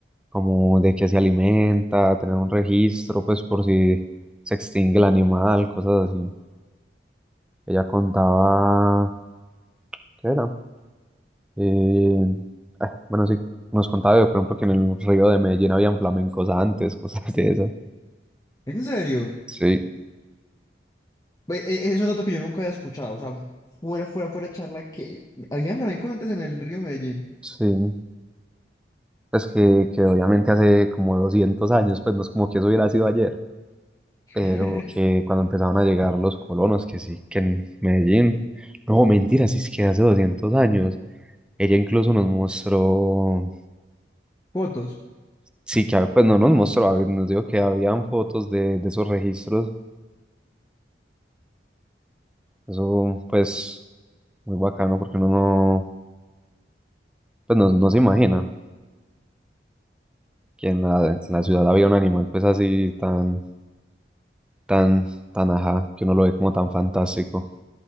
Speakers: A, in the centre; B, on the left (about 20°).
A: como de qué se alimenta, tener un registro pues por si se extingue el animal, cosas así. Ella contaba, ¿qué era? Eh, ah, bueno, sí, nos contaba por ejemplo que en el río de Medellín habían flamencos antes, <laughs> cosas de esas.
B: ¿En serio?
A: Sí.
B: Ve, e- Es un dato que yo nunca había escuchado. O sea, fuera, fuera, fuera charla que había flamencos antes en el río Medellín.
A: Sí, es que, que obviamente hace como 200 años, pues no es como que eso hubiera sido ayer,
B: <laughs>
A: pero que cuando empezaron a llegar los colonos, que sí, que en Medellín, no, mentira, sí es que hace 200 años, ella incluso nos mostró,
B: Fotos.
A: sí, que hab- pues no nos mostró, a ver, nos dijo que habían fotos de, de esos registros, eso pues muy bacano porque uno no, pues no, no se imagina que en la, en la ciudad había un animal pues así tan, tan, tan ajá, que uno lo ve como tan fantástico.